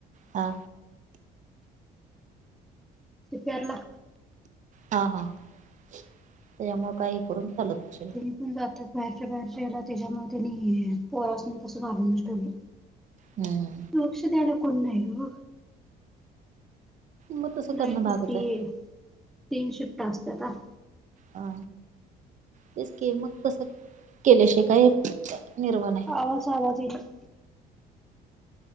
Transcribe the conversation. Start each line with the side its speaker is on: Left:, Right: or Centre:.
Right: हा
Centre: ति प्याड म
Right: हा हा त्याच्यामुळं काही करून फाँलत आसेल
Centre: मी पण जाते त आता बाहेरच्या बाहेरच्या याला त्याच्यामुळे त्यांनी पोरासणी तस कारून च ठेवलय.
Right: हम
Centre: लक्ष द्यायला कोण नाही ग
Right: मग तसं
Centre: नाईट
Right: करणं भागच
Centre: ड्युटी
Right: आहे
Centre: तीन शिफ्ट असत्याता.
Right: हा तेच की मग तसं केल्याशिवाय काही निर्वा नाही.
Centre: आवाज आलदिन येईना.